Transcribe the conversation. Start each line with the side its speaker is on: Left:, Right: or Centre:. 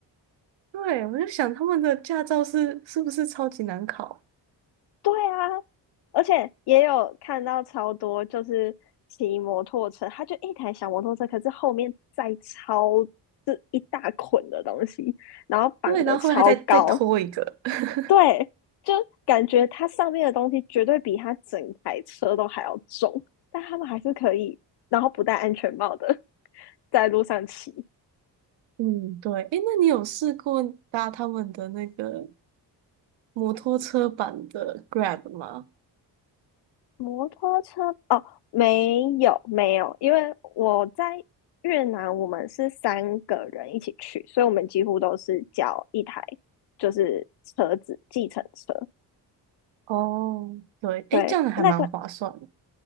Right: 对，我就想他们的驾照是是不是超级难考？
Left: 对啊，而且也有看到超多就是骑摩托车，他就一台小摩托车，可是后面载超这一大捆的东西，然后绑的超高，
Right: 对，然后后来还再再拖一个。<laughs>
Left: 对，就感觉它上面的东西绝对比它整台车都还要重，但他们还是可以，然后不戴安全帽的在路上骑
Right: 嗯，对，诶，那你有试过搭他们的那个摩托车版的 Grab 吗？
Left: 摩托车。哦，没有没有，因为我在越南，我们是三个人一起去，所以我们几乎都是叫一台就是车子计程车。
Right: 哦，对，
Left: 对，
Right: 诶，这样还蛮划算的。
Left: 那个